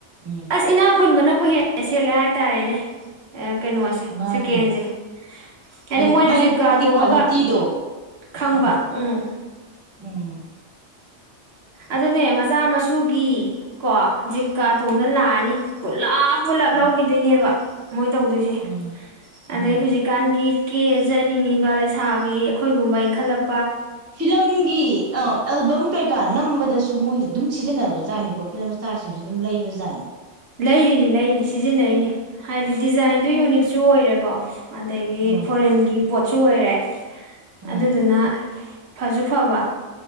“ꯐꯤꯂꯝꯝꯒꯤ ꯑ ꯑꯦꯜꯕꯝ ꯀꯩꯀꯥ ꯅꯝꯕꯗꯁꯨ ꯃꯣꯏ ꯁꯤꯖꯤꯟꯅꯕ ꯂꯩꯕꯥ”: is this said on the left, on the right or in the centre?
Right